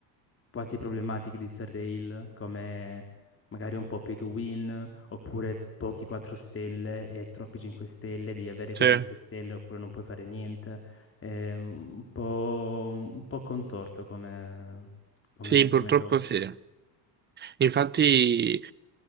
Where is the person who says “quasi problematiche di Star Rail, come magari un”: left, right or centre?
Left